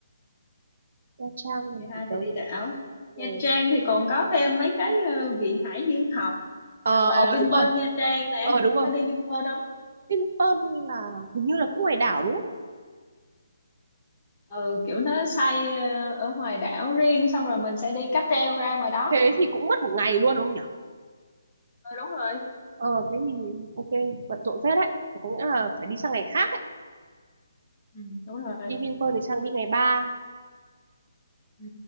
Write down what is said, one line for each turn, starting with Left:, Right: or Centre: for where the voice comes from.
Right: Nha Trang này
Left: ngày hai
Right: thì tớ
Left: thì đi đảo
Right: ờ
Left: Nha Trang thì còn có thêm mấy cái ờ, viện hải dương học
Right: ờ
Left: hoặc là
Right: ờ,
Left: Vinpearl
Right: đúng rồi.
Left: Nha Trang nè
Right: Ờ đúng rồi.
Left: có đi Vinpearl không
Right: Vinpearl là hình như là cũng ngoài đảo đúng không?
Left: ừ kiểu nó xây ờ, ở ngoài đảo riêng xong rồi mình sẽ đi cáp treo ra ngoài đó
Right: thế thì cũng mất một ngày luôn đúng không nhỉ
Left: ừ, đúng rồi
Right: ờ thế thì ok bận rộn phết đấy Thế có nghĩa là phải đi sang
Left: ừ,
Right: ngày khác ấy
Left: ừ, đúng rồi
Right: đi Vinpearl thì sang đi ngày 3,
Left: ừ.